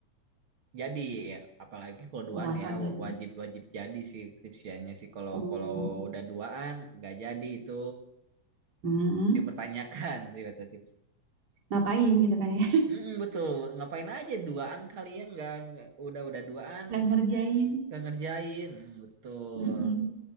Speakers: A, on the right; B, on the right.
A: jadi ya, apalagi kalau duaan
B: Oh, asal
A: ya
B: jadi.
A: wajib wajib jadi sih skripsiannya sih kalau
B: Oh,
A: kalau udah duaan nggak jadi itu
B: mm.
A: dipertanyakan sih kata dia.
B: Ngapain gitu kan ya?
A: Mm-mm, betul. Ngapain aja duaan kalian nggak nggak- udah udah duaan
B: <laughs> Nggak ngerjain.
A: nggak ngerjain. Betul.
B: Mm-mm.